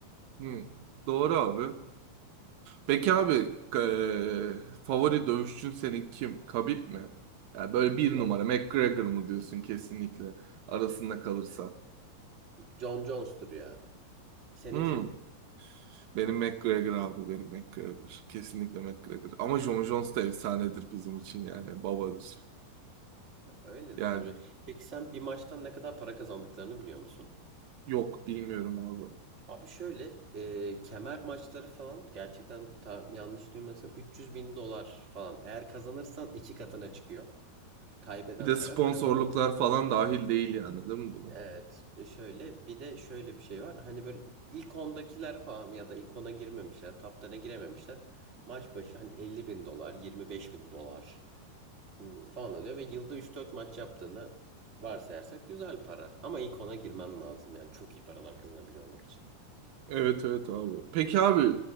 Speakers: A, on the right; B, on the right.
A: Hmm. Doğru abi. Peki abi eee, favori dövüşçün senin kim? Khabib mi? Yani böyle bir
B: Yok.
A: numara McGregor mu diyorsun kesinlikle arasında kalırsa.
B: John Jones'tur ya. Senin
A: Hmm,
B: kim?
A: benim McGregor abi benim McGregor. Kesinlikle McGregor. Ama Jon Jones da efsanedir bizim için yani babadır.
B: Öyle
A: Yani
B: de tabii. Peki sen bir maçtan ne kadar para kazandıklarını biliyor musun?
A: yok bilmiyorum abi.
B: Abi şöyle e, kemer maçları falan gerçekten ta- yanlış duymasam 300 bin dolar falan. Eğer kazanırsan iki katına çıkıyor. Kaybeden
A: Bir de
B: taraf
A: sponsorluklar
B: kazanan
A: falan dahil değil yani değil mi buna?
B: Evet, ve şöyle bir de şöyle bir şey var. Hani böyle ilk 10'dakiler falan ya da ilk 10'a girmemişler, top 10'a girememişler. Maç başı hani 50 bin dolar, 25 bin dolar hmm, falan alıyor ve yılda üç dört maç yaptığını varsayarsak güzel para. Ama ilk 10'a girmen lazım yani çok iyi paralar kazanabiliyor olmak için.
A: Evet evet abi. Peki abi